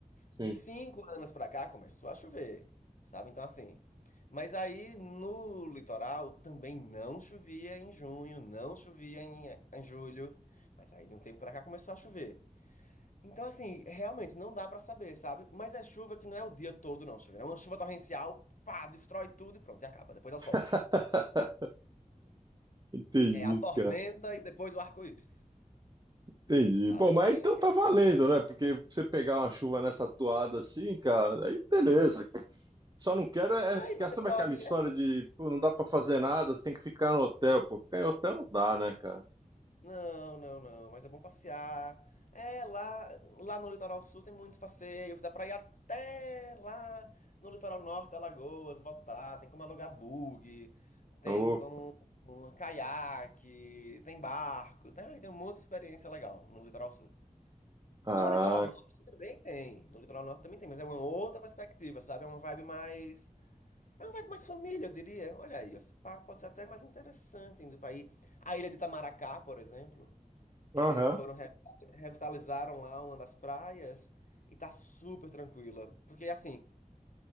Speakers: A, on the right; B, on the left.
A: sim.
B: De cinco anos pra cá começou a chover, sabe? Então, assim. Mas aí no litoral também não chovia em junho, não chovia em, em julho. Mas aí de um tempo pra cá começou a chover. Então, assim, realmente não dá pra saber, sabe? Mas é chuva que não é o dia todo, não, chuva. É uma chuva torrencial, pá, destrói tudo e pronto, e acaba. Depois é o sol.
A: <laughs> Entendi,
B: É a tormenta
A: cara.
B: e depois o arco-íris,
A: Entendi.
B: sabe?
A: Bom,
B: É
A: mas
B: bem,
A: então tá
B: é
A: valendo,
B: bem de boa.
A: né? Porque você pegar uma chuva nessa toada assim, cara, aí beleza. Só não quero é
B: Aí
A: ficar,
B: você
A: sabe
B: pode.
A: aquela história de, pô, não dá pra fazer nada, você tem que ficar no hotel, pô. Ficar em hotel não dá, né, cara?
B: Não, não, não, mas é bom passear. É, lá, lá no litoral sul tem muitos passeios, dá pra ir até lá no litoral norte, Alagoas, voltar, tem como alugar bug, tem
A: Ô,
B: como um caiaque, tem barco, tem, ai, tem muita experiência legal no litoral sul.
A: Ah,
B: No litoral norte também tem, no litoral norte também tem, mas é uma outra perspectiva, sabe? É uma vibe mais, é uma vibe mais família, eu diria. Olha aí, esse parque pode ser até mais interessante indo pra ir. A Ilha de Itamaracá, por exemplo.
A: aham.
B: Eles foram re- revitalizaram lá uma das praias e tá super tranquila. Porque assim,